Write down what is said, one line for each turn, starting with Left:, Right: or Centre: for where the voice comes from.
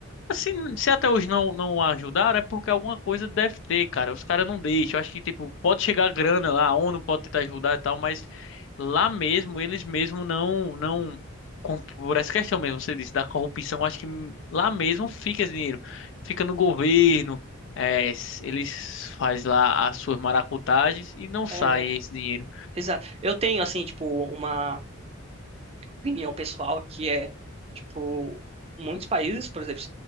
Left: Assim, se até hoje não, não ajudaram, é porque alguma coisa deve ter, cara. Os caras não deixam. Eu acho que, tipo, pode chegar grana lá, a ONU pode tentar ajudar e tal, mas lá mesmo, eles mesmo não, não. com- Por essa questão mesmo, você disse, da corrupção, eu acho que lá mesmo fica esse dinheiro. Fica no governo, é, s- eles faz lá as suas maracutagens e não sai
Right: É,
Left: esse dinheiro.
Right: exato. Eu tenho, assim, tipo, uma opinião pessoal que é, tipo, muitos países, por exemplo,